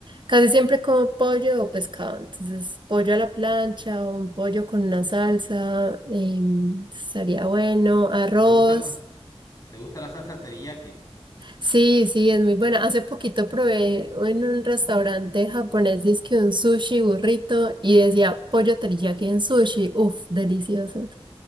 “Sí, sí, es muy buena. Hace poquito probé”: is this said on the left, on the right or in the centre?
Right